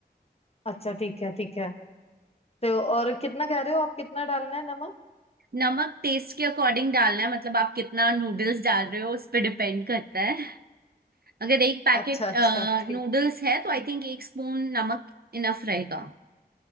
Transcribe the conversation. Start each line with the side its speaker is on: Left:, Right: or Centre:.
Left: अच्छा ठीक है ठीक है तो और कितना कह रहे हो आप कितना डालना है नमक
Right: नमक टेस्ट के अकॉर्डिंग डालना है मतलब आप कितना नूडल्स डाल रहे हो उस पर डिपेंड करता है अगर एक पैकेट
Left: अच्छा अच्छा ठीक
Right: नूडल्स है तो आई थिंक एक स्पून नमक इनफ रहेगा